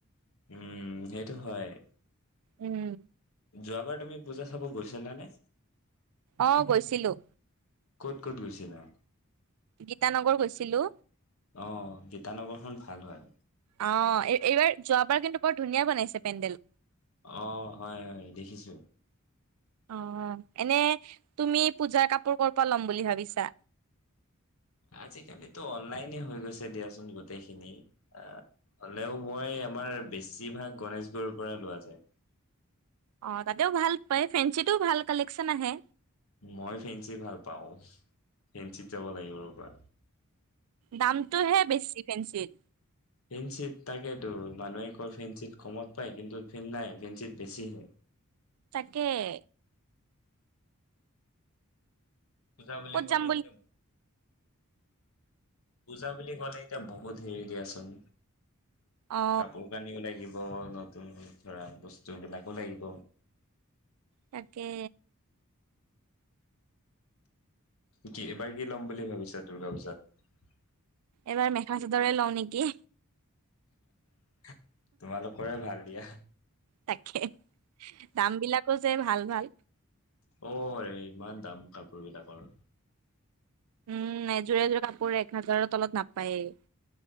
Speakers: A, on the left (about 70°); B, on the right (about 85°).
A: উম সেইটো হয়,
B: উম
A: যোৱাবাৰ তুমি পূজা চাব গৈছিলা নে?
B: অ' গৈছিলোঁ।
A: ক'ত ক'ত গৈছিলা?
B: গীতানগৰ গৈছিলো।
A: অ গীতানগৰখন ভাল হয়।
B: অ', এই-এইবাৰ, যোৱাবাৰ কিন্তু বৰ ধুনীয়া বনাইছে পেণ্ডেল।
A: অ', হয়, হয়, দেখিছো।
B: অ এনে তুমি পূজাৰ কাপোৰ ক'ৰ পৰা ল'ম বুলি ভাবিছা?
A: আজিকালিটো অনলাইনে হৈ গৈছে দিয়াচোন গোটেইখিনি। আ হ'লেও মই আমাৰ বেছিভাগ গনেশগুৰিৰ পৰা লোৱা যায়।
B: অ', তাতেও ভাল পায়। ফেঞ্চিতটোও ভাল কালেকচন আহে।
A: মই ফেঞ্চি ভাল পাওঁ। ফেঞ্চিত যাব লাগিব ৰবা।
B: দামটো হে বেছি ফেঞ্চিত।
A: ফেঞ্চিট তাকেতো, মানুহে কয় ফেঞ্চিট কমত পায় কিন্তু ফে-নাই ফেঞ্চিট বেছিহে।
B: তাকেই।
A: পূজা বুলি
B: ক'ত
A: ক'লে
B: যাম
A: এতিয়া পূজা বুলি ক'লে এতিয়া বহুত হেৰি দিয়াচোন
B: অ
A: কাপোৰ কানিও লাগিব নতুন ধৰা বস্তু বিলাকো লাগিব।
B: তাকে
A: কি এবাৰ কি ল'ম বুলি ভাবিছা দূৰ্গা পূজাত?
B: এইবাৰ মেখা চাদৰে লওঁ নেকি
A: <inaudible> তোমালোকৰে ভাল। দিয়া।
B: তাকে। দাম বিলাকোজ যে ভাল ভাল।
A: অ' ৰে ইমান দাম কাপোৰ বিলাকৰ।
B: উম, এযোৰ এযোৰে কাপোৰ এক-হাজাৰৰ তলত নাপায়েই।